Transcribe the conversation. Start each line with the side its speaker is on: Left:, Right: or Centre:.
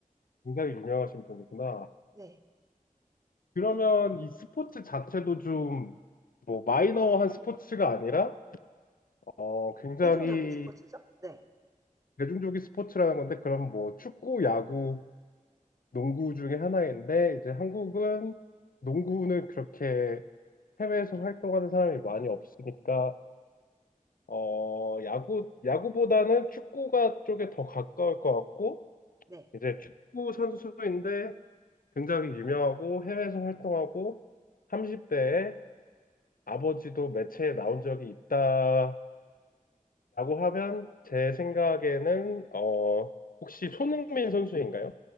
Left: 굉장히 유명하신 분이구나.
Right: 네.
Left: 그러면 이 스포츠 자체도 좀 뭐 마이너한 스포츠가 아니라 어, 굉장히
Right: 대중적인 스포츠죠? 네,
Left: 대중적인 스포츠라는 건데, 그럼 뭐 축구, 야구, 농구 중에 하나인데 이제 한국은 농구는 그렇게 해외에서 활동하는 사람이 많이 없으니까 어 야구 야구보다는 축구가 쪽에 더 가까울 것 같고
Right: 네.
Left: 이제 축구 선수인데 굉장히 유명하고 해외에서 활동하고 30대에 아버지도 매체에 나온 적이 있다라고 하면 제 생각에는 어 혹시 손흥민 선수인가요?